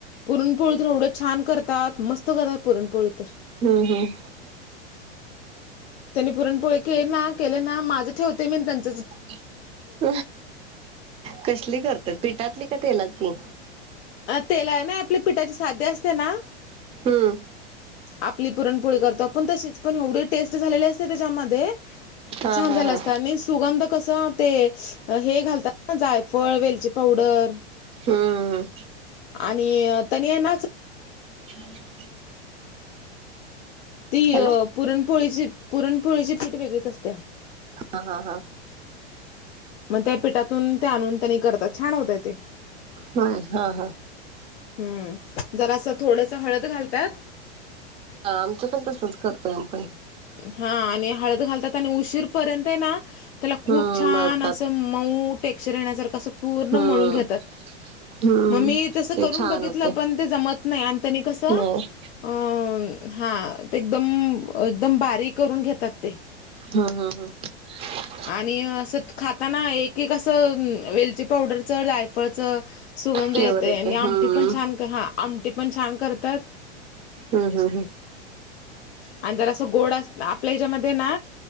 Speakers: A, on the left; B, on the right.
A: पुरणपोळी तर एवढं छान करतात मस्त करतात पुरणपोळी तर
B: हम्म हम्म
A: - त्यांनी पुरणपोळी केली ना, केले ना माझं ठेवते मी आनी त्यांच
B: <unintelligible> कसली करतात पिठातली का तेलातली?
A: अ तेला आहे ना, आपल्या पिठाची साध्य असते ना
B: हम्म
A: आपली पुरणपोळी करतो आपण तशीच, पण एवढी टेस्ट झालेली असते त्याच्यामध्ये
B: हा
A: छान
B: हा
A: झालं
B: हा
A: असतं, आणि सुगंध कस ते हे घालतात ना, जायफळ, वेलची पावडर
B: हम्म
A: आणि तेनी हाय ना
B: <inaudible>
A: ती
B: हॅलो
A: अं पुरणपोळीची पुरणपोळीची पीठ वेगळीच असत्या
B: हा, हा, हा
A: मग त्या पिठातून ते आणून त्यांनी करतात, छान होतय तेऽ.
B: वय, हा, हा,
A: हम्म, जरास थोडस हळद घालतातऽ
B: हा आमचं पण तसच करतोय आमी पण.
A: हा, आणि हळद घालतात आणि उशीर पर्यंत ना त्याला खूप
B: हम्म
A: छान
B: मळतात
A: असंऽऽ मऊ टेक्चर एन्यासारख अस पूर्ण
B: हम्म
A: मळून घेतात,
B: हम्म
A: मग मी तस्
B: ते
A: रून
B: छान
A: बघितलं,
B: होते
A: पण ते जमत नाही,, त्यांनी कसऽऽ
B: नाही
A: अ, हां,, ते एकदम, एकदम बारीक करून घेतात तेऽऽ
B: हा, हा, हा
A: आणि ऽअसं खाताना एक, एक असं वेलची पावडरचं, जायफळचं,, सुगंध
B: फ्लेवर
A: येतय,,
B: येते
A: आणि
B: हम्म
A: आमटी पण छान,, हां, आमटी पण छान करतातऽऽ
B: हम्, हम, हम
A: आणि जर अस गोड, आपल्या ह्याच्यामध्ये ना